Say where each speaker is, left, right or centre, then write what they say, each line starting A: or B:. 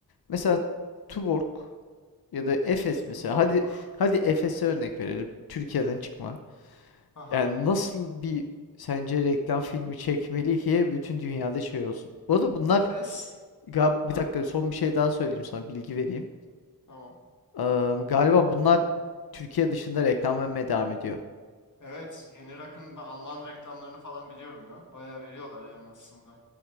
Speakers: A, on the left (about 80°); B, on the left (about 55°).
A: Mesela Tuborg ya da Efes mesela.
B: Tuborg.
A: Hadi hadi Efes'e örnek verelim. Türkiye'den çıkma.
B: Aha.
A: Yani nasıl bir sence reklam filmi çekmeli ki bütün dünyada şey olsun. Bu arada bunlar
B: Efes.
A: gal- bir
B: Ha,
A: dakika son bir şey daha söyleyeyim sana bilgi vereyim.
B: tamam.
A: Eee, galiba bunlar Türkiye dışında reklam vermeye devam ediyor.
B: Evet, Yeni Rakın ve Alman reklamlarını falan biliyorum ya. Bayağı veriyorlar yani aslında.